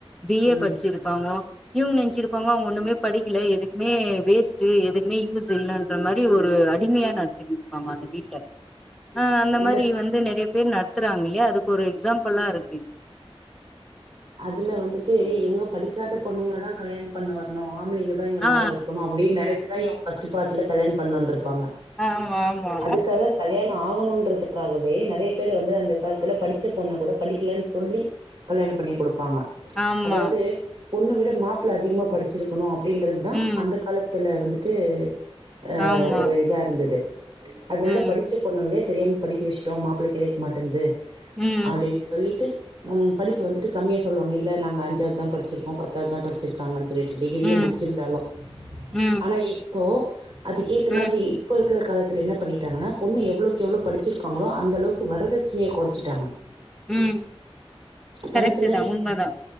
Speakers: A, in the centre; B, on the right.
A: பி
B: ம்
A: ஏ படிச்சிருப்பாங்கோ இவுங்க நெனிச்சிருப்பாங்கோ அவுங்க ஒண்ணுமே படிக்கிலே எதுக்குமே வேஸ்ட்டு எதுக்குமே யூஸ் இல்லன்ற மாரி ஒரு அடிமியா நடத்தினு இருப்பாங்க அந்த வீட்ல ஆஹ் அந்த
B: இல்ல
A: மாரி வந்து நெறைய பேர் நடத்துறாங்க இல்லையா அதுக்கொரு எக்ஸாம்பெளாருக்கு
B: அதுல வந்துட்டு இவுங்க படிக்காத பொண்ணுங்கள தா கல்யாண பண்ணுவார்ணோ ஆம்ளைங்க ஆம்பளைங்க
A: ஆ
B: மேல இருக்கனு அப்டின் நெனச்சுதா இவுங்க ஃபஸ்ட்டு பார்ட்ல கல்யாண பண்ண வந்துர்ப்பாங்க
A: ஆமா ஆமா
B: அதுக்காக கல்யானோ ஆகணுன்றது க்காகவே நறைய பேர் வந்து அந்த கால்த்துல படுச்ச பொண்ணு கூட படிக்கலன் சொல்லி கல்யாணம் பண்ணிம் குடுப்பாங்க
A: ஆமா
B: அதாவ்தே பொண்ணு விட மாப்ள அதிக்மா படுச்சுரு பொணு அப்படின்றத்தா
A: ம்
B: அந்த காலத்துல வந்துட்டு அ
A: ஆமா
B: ஒரு இதா இருந்தது அத்னால
A: ம்
B: படிச்ச பொண்ணுங்களே தெரியாம் படிக்க வஷ்ட்டோ மாப்ள கெடைக் மாட்டந்து
A: ம்
B: அடின் சொல்லிட்டு உம் படிப்பு வந்துட்டு கம்மியா சொல்வாங்க இல்ல நாங்க அஞ்சாவ்தா படிச்சிருக்கோ பத்தாவ்தா படிச்சிர்க்காங்கன் சொல்லி டிட்டிகிரியே
A: ம்
B: முடுச்சிர்ந்தாலு
A: ம்
B: ஆனா இப்போ அதுக்கேத்த
A: ம்
B: மாதிரி இப்ப இருக்குற காலத்துல என்ன பண்ணிட்டாங்கன்னா பொண்ணு எவ்ளோக் எவ்ளோ படிச்சிருக்காங்களோ அந்தளவுக்கு வரதட்ச்ணே கொரசச்சிட்டாங்க
A: உம்
B: பணத்துல
A: கரெக்டு தா உண்மதா